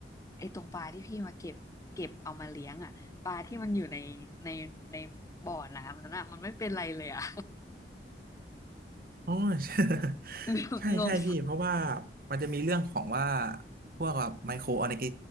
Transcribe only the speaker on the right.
อ๋อ <laughs> ใช่ <laughs>
ใช่ใช่พี่เพราะว่า
มันจะมีเรื่องของว่าพวกแบบไมโครออร์แกนิ